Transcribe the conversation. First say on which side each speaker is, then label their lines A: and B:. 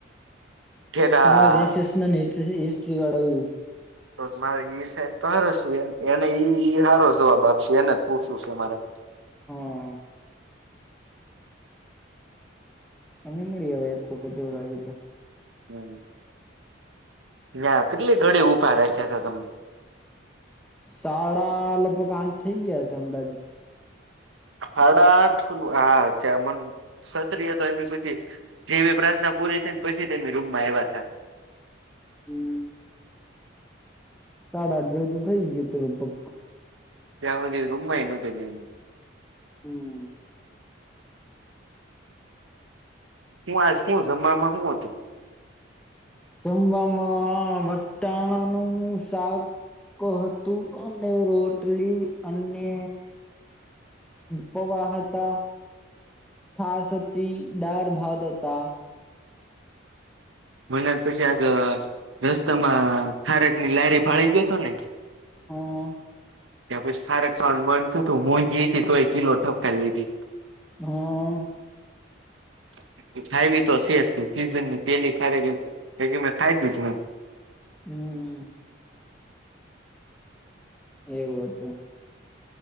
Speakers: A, on the right; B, in the centre.
A: ઠેકા
B: અમારે <unintelligible> ન ને એટલે હિસ્ટ્રી વાળા એ.
A: તો મારે ઈ સાઈબ તો હાર એને સારો જવાબ આપશે એને જ પૂછવું છે મારે.
B: હા એમને મળી હવે એક વખત જેવું લાગ્યું હતું.
A: <unintelligible> ન્યા કેટલી ઘડી ઊભા રાખ્યા તા તમને?
B: સાળા લગભગ થઇ ગયા હશે અંદાજીત.
A: <inaudible> સતિય તો એમની પછી જેવી પ્રાર્થના પૂરી થઈ ને પછી એમની રૂમ માં આવયા હતા.
B: હમ સાડા આઠ જેવું તો થઈ ગયું તો લગભગ.
A: ત્યા રૂમમાં એનું તને
B: હમ્મ.
A: હું આજ શ જમમાં હું હતું.
B: જમવામાં વટાણાનું‌ શાક. કતું અને રોટલી અને પોવા હતા. છાશ હતી દાળ ભાત હતા.
A: મને જ પછી આ રસ્તામાં ખારક ની લાયારી ફાળાઈ ગયો હતો ને!
B: હા.
A: ત્યાં પછી સાર <unintelligible>
B: હા
A: <inaudible> ખાયી તો સે સીઝન ની પેલી ખરેગ મેં ખાય દીસ ને.
B: હમ્મ. એવું હતું.